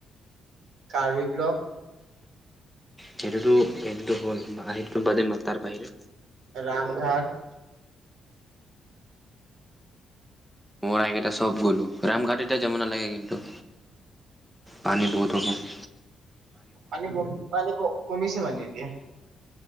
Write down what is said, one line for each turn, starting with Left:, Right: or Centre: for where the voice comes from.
Right: কাৰ্বি ব্লক
Centre: সেইটোতো সেইটোতো হ'ল বা সেইটোটো বাদে মা তাৰ বাহিৰে
Right: ৰামঘাট
Centre: মোৰ আকেটা সব গ'লো ৰামঘাটিটা যাব নালাগে কিন্তু পানী বহুত হ'ব
Right: পানী ক পানী কমিছে পানী এতিয়া